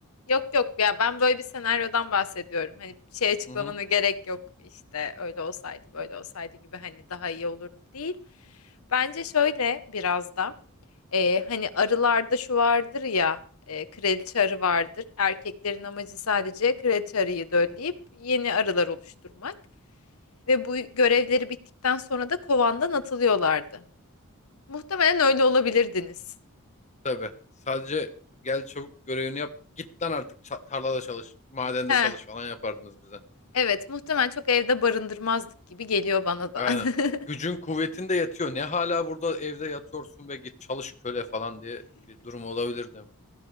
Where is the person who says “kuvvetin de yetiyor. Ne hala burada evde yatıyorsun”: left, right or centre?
Left